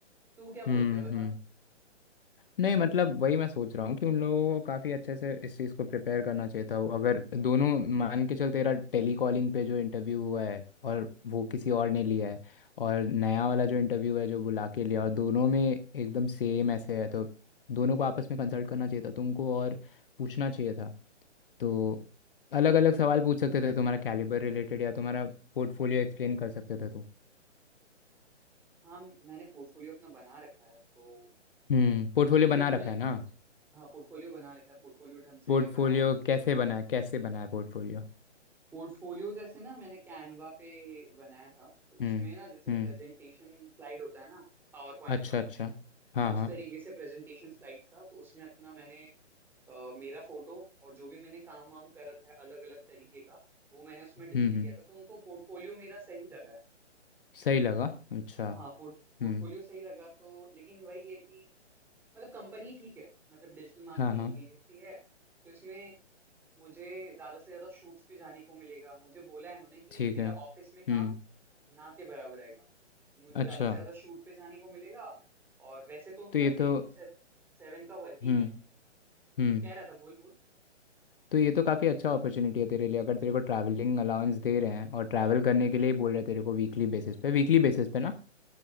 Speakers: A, in the centre; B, on the left.
A: तो वो क्या बोलता
B: हम्म
A: है बता
B: हम्म नहीं मतलब वही मैं सोच रहा हूँ कि उन लोगों को काफ़ी अच्छे से इस चीज़ को प्रिपेयर करना चाहिए था अगर दोनों मान के चल तेरा टेली कॉलिंग पे जो इंटरव्यू हुआ है और वो किसी और ने लिया है और नया वाला जो इंटरव्यू है जो बुला के लिया और दोनों में एकदम सेम ऐसे है तो दोनों को आपस में कंसल्ट करना चाहिए था तुमको और पूछना चाहिए था तो अलग अलग सवाल पूछ सकते थे तुम्हारा कैलिबर रिलेटेड या तुम्हारा पोर्टफोलियो एक्सप्लेन कर सकते थे तो
A: हाँ मैंने पोर्टफोलियो अपना बना रखा है तो
B: हम्म पोर्टफोलियो
A: पोर्टफोलियो
B: बना
A: तो उन्होंने
B: रखा है ना
A: हाँ पोर्टफोलियो बना रखा है पोर्टफोलियो ढंग से
B: पोर्टफोलियो
A: बना हुआ है मेरा
B: कैसे बना है कैसे बना है पोर्टफोलियो
A: पोर्टफोलियो जैसे ना मैंने कैनवा पे बनाया था तो उसमें
B: हम्म
A: ना जैसे
B: हम्म
A: प्रेजेंटेशन स्लाइड होता है ना पावर पॉइंट
B: अच्छा
A: का
B: अच्छा हाँ
A: उस
B: हाँ
A: तरीके से प्रेजेंटेशन स्लाइड्स था तो उसमें अपना मैंने अ, मेरा फोटो और जो भी मैंने काम वाम कर रखा है अलग अलग तरीके का वो मैंने उसमें डिस्प्ले
B: हम्म हम्म
A: किया था तो उनको पोर्टफोलियो मेरा सही लगा है
B: सही लगा अच्छा
A: हाँ पोर्ट पोर्टफोलियो
B: हम्म
A: सही लगा तो लेकिन वही है कि मतलब कंपनी ठीक है मतलब डिजिटल मार्केटिंग
B: हाँ हाँ
A: एजेंसी है तो इसमें मुझे ज्यादा से ज्यादा शूट्स पे जाने को मिलेगा मुझे बोला है उन्होंने कि
B: ठीक
A: मेरा
B: है
A: ऑफिस में काम
B: हम्म
A: ना के बराबर आएगा मुझे
B: अच्छा
A: ज्यादा से ज्यादा शूट पे जाने को मिलेगा और वैसे तो उनका
B: तो ये
A: टेन
B: तो
A: टू सेवन का वर्किंग
B: हम्म
A: है तू
B: हम्म
A: कुछ कह रहा था बोल बोल
B: तो ये तो काफ़ी अच्छा अपॉर्चुनिटी है तेरे लिए अगर तेरे को ट्रैवलिंग अलाउंस दे रहे हैं और ट्रैवल करने के लिए बोल रहे हैं तेरे को वीकली बेसिस पे वीकली बेसिस पे ना